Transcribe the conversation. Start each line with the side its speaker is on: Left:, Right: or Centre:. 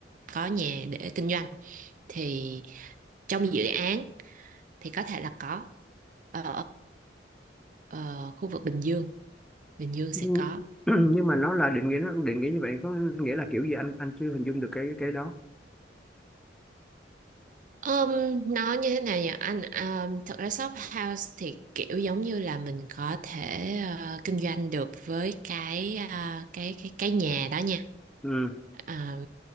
Right: có nhà để kinh doanh thì trong dự án thì có thể là có ở ờ, khu vực Bình Dương Bình Dương sẽ
Centre: nhưng
Right: có
Centre: <clears throat> nhưng mà nó là định nghĩa nó định nghĩa như vậy có nghĩa là kiểu gì anh anh chưa hình dung được cái cái đó
Right: Ừm, nó như thế nào nhỉ anh Ừm, thật ra shop house thì kiểu giống như là mình có thể ờ, kinh doanh được với cái ờ, cái cái cái nhà đó nha
Centre: ừ
Right: À,